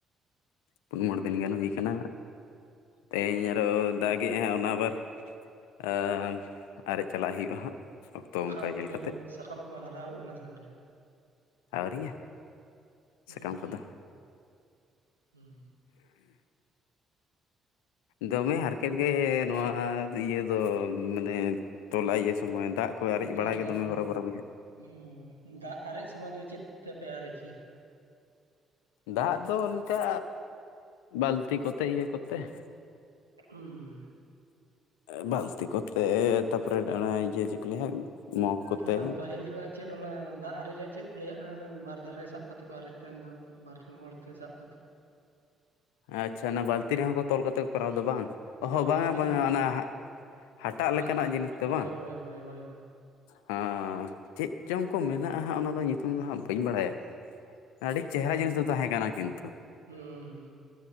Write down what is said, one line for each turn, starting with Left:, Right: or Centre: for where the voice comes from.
Left: ᱯᱩᱱ ᱢᱚᱬᱮ ᱫᱤᱱ ᱜᱟᱱ ᱦᱩᱭ ᱠᱟᱱᱟ ᱛᱮᱦᱤᱧ ᱟᱨᱦᱚᱸᱭ ᱫᱟᱜᱮᱫᱼᱟ ᱚᱱᱟ ᱟᱵᱟᱨ ᱟᱻ ᱟᱨᱮᱡ ᱪᱟᱞᱟᱜ ᱦᱩᱭᱩᱜᱼᱟ ᱦᱟᱸᱜ ᱚᱠᱛᱚ
Right: ᱥᱟᱠᱟᱢ
Left: ᱚᱱᱠᱟ
Right: ᱠᱚ ᱧᱮᱞ
Left: ᱠᱟᱛᱮᱫ
Right: ᱥᱟᱠᱟᱢ ᱠᱚ ᱦᱟᱨᱟ ᱜᱚᱫ ᱮᱱᱟ ᱥᱮ ᱟᱹᱣᱨᱤᱭᱟ?
Left: ᱟᱹᱣᱨᱤᱭᱟᱹ
Right: ᱦᱩᱸ
Left: ᱥᱟᱠᱟᱢ ᱠᱚᱫᱚ
Right: ᱦᱩᱸ
Left: ᱫᱚᱢᱮ ᱦᱟᱨᱠᱮᱛ ᱜᱮ ᱱᱚᱣᱟ ᱤᱭᱟᱹ ᱫᱚ ᱢᱟᱱᱮ ᱛᱚᱞᱟ ᱤᱭᱟᱹ ᱥᱚᱢᱚᱭ ᱫᱟᱜ ᱠᱚ ᱟᱨᱮᱡ
Right: ᱚᱱᱛᱮ
Left: ᱵᱟᱲᱟ ᱜᱮ
Right: ᱫᱟᱜ
Left: ᱫᱚᱢᱮ ᱦᱚᱨᱚᱵᱚᱨᱚ
Right: <unintelligible>
Left: ᱵᱩᱡᱷᱟᱹᱜᱼᱟ
Right: ᱫᱟᱜ ᱟᱨᱮᱡ ᱥᱚᱢᱚᱭ ᱫᱚ ᱪᱮᱫ ᱛᱮᱯᱮ ᱟᱨᱮᱡ ᱜᱮᱭᱟ?
Left: ᱫᱟᱜ ᱫᱚ ᱚᱱᱠᱟ ᱵᱟᱹᱞᱛᱤ ᱠᱚᱛᱮ ᱤᱭᱟᱹ ᱠᱚᱛᱮ ᱾
Right: ᱦᱩᱸᱻ
Left: ᱵᱟ. ᱞᱛᱤ ᱠᱚᱛᱮᱫ ᱛᱟᱯᱚᱨᱮ ᱚᱱᱟ ᱤᱭᱟᱹ ᱪᱮᱫ ᱠᱚ ᱞᱟᱹᱭᱟ ᱢᱚᱜᱽ ᱠᱚᱛᱮ
Right: ᱚᱱᱟ ᱯᱟᱹᱦᱤᱞ ᱨᱮᱱᱟᱜ ᱪᱮᱫ ᱚᱱᱟ ᱫᱟᱜ ᱟᱨᱮᱡᱟᱜ ᱪᱮᱫ ᱠᱚ ᱞᱟᱹᱭᱟᱜᱼᱟ ᱚᱱᱟ ᱵᱟᱨ ᱫᱷᱟᱨᱮ ᱨᱮ ᱥᱟᱵ ᱠᱟᱛᱮ ᱠᱚ ᱟᱨᱮᱡ ᱛᱟᱦᱮᱱ ᱫᱚ ᱵᱟᱨ ᱦᱚᱲ ᱛᱮ ᱥᱟᱵ ᱠᱟᱛᱮ᱾
Left: ᱟᱪᱪᱷᱟ ᱚᱱᱟ ᱵᱟᱹᱞᱛᱤ ᱨᱮᱦᱚᱸ ᱠᱚ ᱛᱚᱞ ᱠᱟᱛᱮ ᱠᱚ ᱠᱚᱨᱟᱣ ᱫᱚ ᱵᱟᱝ? ᱚ
Right: ᱦᱳᱭ
Left: ᱦᱚᱸ ᱵᱟᱝᱟ
Right: ᱵᱟᱹᱞᱛᱤ
Left: ᱵᱟᱝᱟ
Right: ᱞᱮᱠᱟ
Left: ᱚᱱᱟ ᱦᱟᱴᱟᱜ ᱞᱮᱠᱟᱱᱟᱜ
Right: ᱞᱮᱠᱟ
Left: ᱡᱤᱱᱤᱥ ᱛᱮ
Right: ᱦᱳᱭ
Left: ᱵᱟᱝ?
Right: ᱦᱳᱭ ᱦᱳᱭ ᱦᱳᱭ ᱦᱳᱭ
Left: ᱦᱮ ᱪᱮᱫ ᱪᱚᱝ ᱠᱚ ᱢᱮᱱᱟᱜᱼᱟ ᱦᱟᱸᱜ ᱚᱱᱟ ᱫᱚ ᱧᱩᱛᱩᱢ ᱫᱚ ᱦᱟᱸᱜ ᱵᱟᱹᱧ ᱵᱟᱲᱟᱭᱟ ᱾ ᱟᱹᱰᱤ
Right: ᱦᱩᱸ
Left: ᱪᱮᱦᱮᱨᱟ ᱡᱤᱱᱤᱥ ᱫᱚ ᱛᱟᱦᱮᱸ ᱠᱟᱱᱟ ᱠᱤᱱᱛᱩ ᱾
Right: ᱦᱩᱸ ᱦᱩᱸ